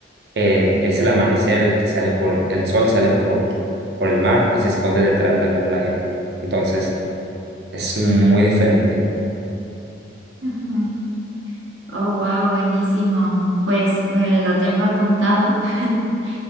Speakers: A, on the right (about 60°); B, on the right (about 90°).
A: eh, es el amanecer el que sale por el, el sol, sale por, por el mar y se esconde detrás de la playa. Entonces, es muy diferente.
B: Ujú. Oh, wow, buenísimo. Pues me lo tengo apuntado. <laughs>